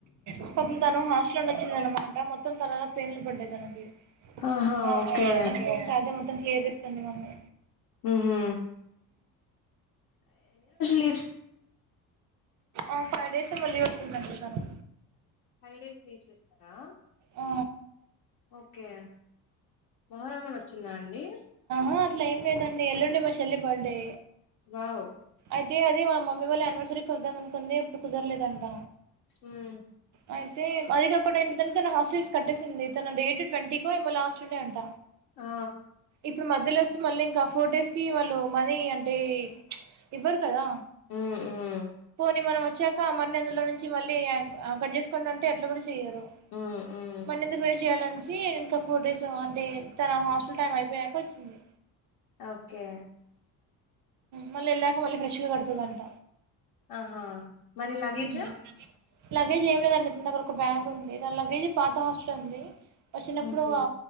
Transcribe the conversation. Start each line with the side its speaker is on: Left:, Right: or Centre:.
Right: పాపం తను హాస్టల్ నుండి వచ్చిందన్నమాట మొత్తం తలలా పెన్లు పడ్డాయి తనకి
Left: ఆహా
Right: <unintelligible>
Left: ఓకే
Right: త్తం క్లియర్ చేస్తుంది మమ్మీ
Left: మ్హూ. లిఫ్స్
Right: ఆ ఫైవ్ డేస్ ఏమో లీవ్లుందంట తను
Left: ఫైవ్ డేస్ లీవ్స్ ఇస్తరా
Right: ఆ
Left: ఓకే మొహరామని వచ్చిందా అండి
Right: ఆ అట్ల ఏం లేదండి ఎల్లుండి మా చెల్లి బర్త్డే
Left: వావ్
Right: అయితే అది మా మమ్మీ వాళ్ళ ఆనివర్సరీకి వద్దాం అనుకుంది అప్పుడు కుదరలేదంట
Left: మ్మ్.
Right: అ యితే అది కాకుండ ఏంటిదంటే తన హాస్టల్స్ కట్టేసింది తన డేట్ ట్వంటీ కో ఏమో లాస్ట్ డే అంట
Left: ఆ
Right: ఇప్పుడు మధ్యలో వస్తే మళ్ళీ ఇంకా ఫోర్ డేస్ కి వాళ్ళు మనీ అంటే ఎవ్వరు కదా
Left: మ్మ్, మ్మ్,
Right: పోని మనం వచ్చాక మన్ని అందులో నుంచి మళ్ళీ కట్ చేసుకోండి అంటే అట్లా కూడా చెయరు
Left: మ్మ్, మ్మ్.
Right: మన్నఎందుకు వేస్ట్ చేయాలనేసి ఇంకా ఫోర్ డేస్ అంటే తన హాస్టల్ టైమ్ అయిపోయాక వచ్చింది
Left: ఓకే
Right: మళ్ళీ ఎళ్లాక మళ్ళీ ఫ్రెష్ గా కడుతదంట
Left: ఆహా మరి లగేజు
Right: మ్మ్. లగేజ్ ఏం లేదండి దని దగ్గర ఒక బ్యాగ్ ఉంది దాని లగేజ్ పాత హాస్టల్ లో ఉంది వచ్చినప్పుడు
Left: ఓకే.
Right: ఆ